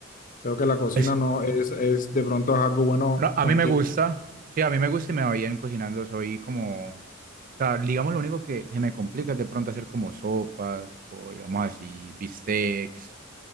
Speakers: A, on the left (about 40°); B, on the right (about 40°).
A: Veo que la cocina
B: Pues,
A: no es, es de pronto es algo bueno
B: no, a
A: contigo.
B: mí me gusta, sí, a mí me gusta y me va bien cocinando, soy como... O sea, digamos, lo único que se me complica es de pronto hacer como sopas, o digamos así, bistecs,